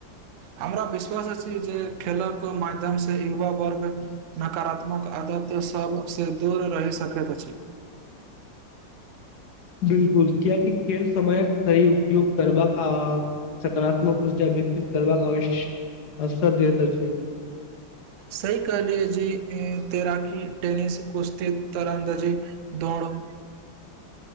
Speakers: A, on the right (about 80°); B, on the left (about 60°).
A: हमरा विश्वास छी जे खेलक माध्यम से युवा वर्ग नकारात्मक त सबसँ दूर रहि सकैत अछि
B: <inaudible> बिलकुल कियाकि खेल समयक सही उपयोग करबा क सकारात्मक ऊर्जा विकसित करबाक आव अवसर दैत अछि
A: सही कहलिय जे तैराकी तैनिस से पुछतै तोर